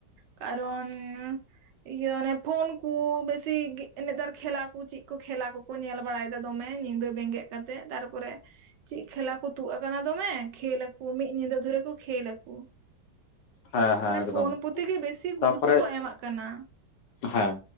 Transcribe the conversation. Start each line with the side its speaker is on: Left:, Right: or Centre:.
Right: ᱠᱟᱨᱚᱱ ᱾ ᱤᱭᱟᱹ ᱚᱱᱮ ᱯᱷᱳᱱ ᱠᱚ ᱵᱮᱥᱤ ᱱᱮᱛᱟᱨ ᱠᱷᱮᱞᱟ ᱠᱚ ᱪᱮᱫ ᱠᱚ ᱠᱷᱮᱞᱟ ᱠᱚ ᱠᱚ ᱧᱮᱞ ᱵᱟᱲᱟᱭᱮᱫᱟ ᱫᱚᱢᱮ ᱧᱤᱫᱟᱹ ᱵᱮᱸᱜᱮᱫ ᱠᱟᱛᱮᱫ ᱛᱟᱨᱯᱚᱨᱮ ᱾ ᱪᱮᱫ ᱠᱷᱮᱞᱟ ᱠᱚ ᱛᱩᱫ ᱟᱠᱟᱱᱟ ᱫᱚᱢᱮ ᱠᱷᱮᱞᱟ ᱟᱠᱩ ᱢᱤᱫ ᱧᱤᱫᱟᱹ ᱫᱷᱚᱨᱮ ᱠᱚ ᱠᱷᱮᱞᱟᱠᱚ ᱾
Left: ᱦᱮᱸ ᱦᱮᱸ
Right: ᱢᱟᱱᱮ
Left: ᱮᱠᱫᱚᱢ
Right: ᱯᱷᱳᱱ ᱯᱨᱚᱛᱤ ᱜᱮ ᱵᱮᱥᱤ ᱜᱩᱨᱩᱛᱛᱚ
Left: ᱛᱟᱯᱚᱨᱮ
Right: ᱠᱚ ᱮᱢᱟᱜ ᱠᱟᱱᱟ ᱾
Left: ᱦᱮᱸ